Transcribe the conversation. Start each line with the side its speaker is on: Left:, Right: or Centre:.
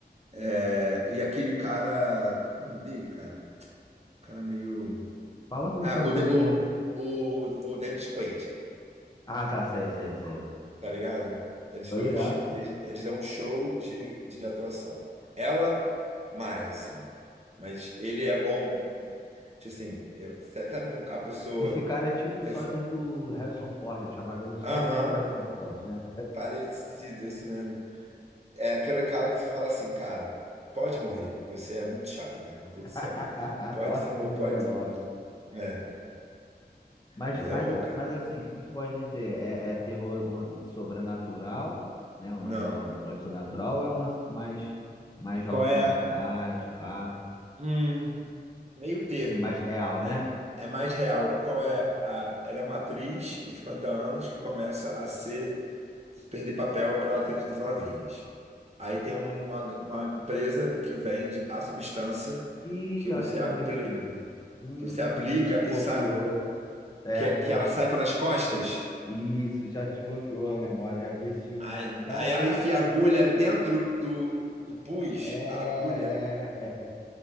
Right: É, e aquele cara, qual é o nome dele, cara? O cara meio.
Left: Fala algum
Right: Ah,
Left: filme
Right: o,
Left: que
Right: De-
Left: ele
Right: o,
Left: tenha.
Right: o, o Dennis Quaid,
Left: Ah, tá, sei, sei, sei.
Right: tá ligado? Eles
Left: Tô
Right: dois.
Left: ligado, pô.
Right: Eles, eles dão um show de, de atuação. Ela, mais, assim. Mas ele é bom, tipo assim, eu, sabe com a pessoa.
Left: Esse cara é tipo
Right: você
Left: o sósia
Right: fa-
Left: do Harrison Ford. Eu chamava ele de sósia
Right: Aham,
Left: do Harrison Ford, né?
Right: parecido, é isso mesmo. É aquele cara que você fala assim, cara, pode morrer. Você é muito chato mesmo, meu Deus
Left: <laughs>
Right: do céu. Pode
Left: Tosse
Right: se mo-
Left: pra ele morrer
Right: pode.
Left: logo.
Right: É,
Left: Mas,
Right: mas
Left: mas,
Right: é bom, cara.
Left: mas assim, o que que tu pode me dizer? É, é terror lan- sobrenatural, né? Um
Right: Não.
Left: lance de negócio de sobrenatural ou é um lance mais, mais jogos
Right: Qual é
Left: mortais,
Right: a.
Left: pá?
Right: Hum, meio termo.
Left: Assim, mais real,
Right: É,
Left: né?
Right: é mais real. Qual é a. Ela é uma atriz de 50 anos que começa a ser perder papel para atrizes novinhas. Aí tem uma, uma empresa que vende a substância
Left: Ih,
Right: que você,
Left: eu acho que eu
Right: apli,
Left: já vi esse filme. Hum,
Right: que você aplica
Left: tu desbloqueou.
Right: e sai,
Left: É,
Right: que, é, que ela
Left: é.
Right: sai pelas costas.
Left: Isso, já desbloqueou a memória. Já vi esse filme,
Right: Aí,
Left: sim. Caraca,
Right: aí ela enfia a agulha
Left: já vi.
Right: dentro do, do pus,
Left: É,
Right: a agulha
Left: é.